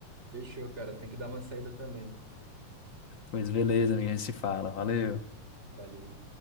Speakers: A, on the right; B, on the left.
A: Fechou, cara. Tem que dar uma saída também.
B: Pois beleza, amiga, a gente se fala. Valeu.
A: Valeu.